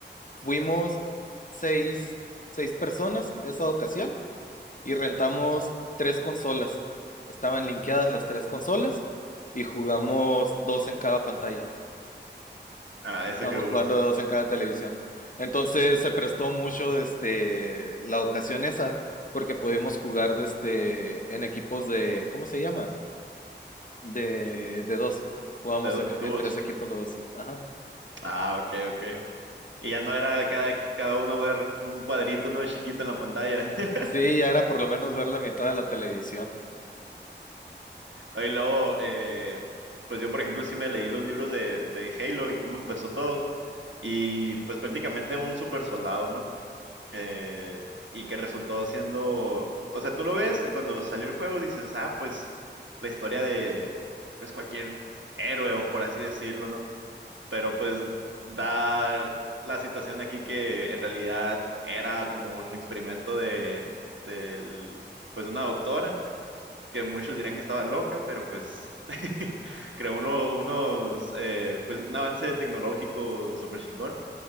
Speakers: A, on the left; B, on the right.
A: fuimos seis, seis personas esa ocasión y rentamos tres consolas. Estaban linkeadas las tres consolas y jugamos dos en cada pantalla.
B: Ah, ese
A: Estábamos
B: que me gusta.
A: jugando dos en cada televisión. Entonces se prestó mucho desde la ocasión esa, porque pudimos jugar desde, en equipos de, ¿cómo se llama? De, de dos. Jugamos
B: De do-
A: en, en
B: dúos.
A: tres equipos de dos. sí. Ajá.
B: Ah, ok, ok. Y ya no era cada, cada uno ver un cuadrito, ¿no? Chiquito en la pantalla. <laughs>
A: Sí, ya era por lo menos ver la mitad de la televisión.
B: Y luego, eh, pues yo, por ejemplo, sí me leí los libros de, de Halo y cómo empezó todo. Y pues prácticamente un super soldado, ¿no? eh, y que resultó siendo, o sea, tú lo ves y cuando salió el juego dices, ah, pues la historia de, pues cualquier héroe o por así decirlo, ¿no? Pero pues da la situación aquí que en realidad era como un experimento de, del, pues una doctora, que muchos dirán que estaba loca, pero pues <laughs> creó uno, unos, eh, pues un avance tecnológico súper chingón